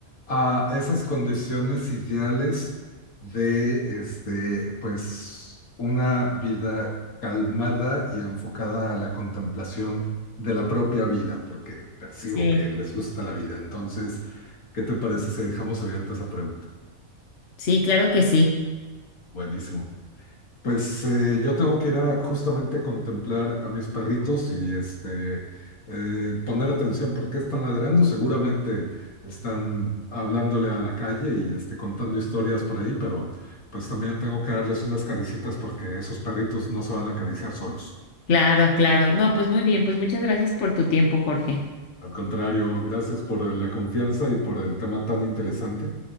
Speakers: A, on the left; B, on the left.
A: a esas condiciones ideales de, este, pues, una vida calmada y enfocada a la contemplación de la propia vida, porque percibo
B: Sí,
A: que les gusta la vida. Entonces, ¿qué te parece si dejamos abierta esa pregunta?
B: sí, claro que sí.
A: Buenísimo. Pues eh, yo tengo que ir a justamente contemplar a mis perritos y este eh, poner atención porque están ladrando. Seguramente están hablándole a la calle y este, contando historias por ahí, pero pues también tengo que darles unas caricitas porque esos perritos no se van a acariciar solos.
B: Claro, claro. No, pues muy bien, pues muchas gracias por tu tiempo, Jorge.
A: Al contrario, gracias por la confianza y por el tema tan interesante.